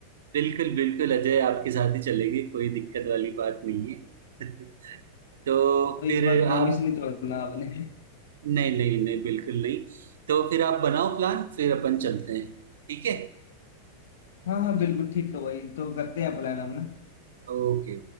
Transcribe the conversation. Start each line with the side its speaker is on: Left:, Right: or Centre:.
Right: बिल्कुल, बिल्कुल अजय आपके साथ ही चलेंगे, कोई दिक्कत वाली बात नहीं है। <laughs> तो
Left: तो इस
Right: फिर
Left: बार प्रॉमिस
Right: आप
Left: नहीं तोड़ना आपने
Right: नहीं, नहीं, नहीं, बिल्कुल नहीं। तो फिर आप बनाओ प्लान, फिर अपन चलते हैं, ठीक है?
Left: हाँ हाँ बिल्कुल ठीक है भाई तो करते हैं प्लान हम ना
Right: ओके।